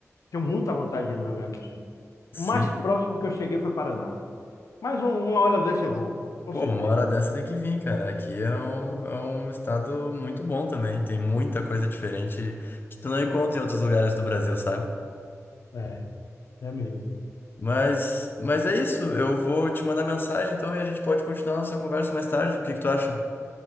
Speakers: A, on the left; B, on the left.
A: Tenho muita vontade de ir no Rio Grande do Sul.
B: Sim.
A: O mais próximo que eu cheguei foi Paraná. Mas um- uma hora dessa eu vou, com
B: Pô,
A: certeza.
B: uma hora dessa tem que vir, cara. Aqui é um, é um estado muito bom também. Tem muita coisa diferente que tu não encontra em outros lugares do Brasil, sabe?
A: É, é mesmo.
B: Mas, mas é isso. Eu vou te mandar mensagem então e a gente pode continuar nossa conversa mais tarde. O que que tu acha?